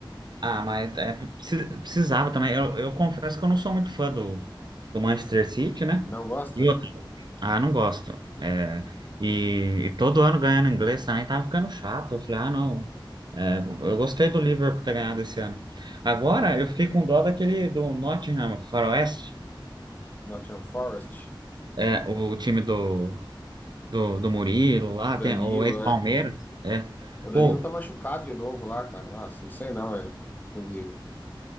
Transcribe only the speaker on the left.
Não gosta?
Nottingham Forest,
Danilo,
né?
O Danilo
tá machucado de novo lá, cara. Nossa, não sei não, é. Se ele-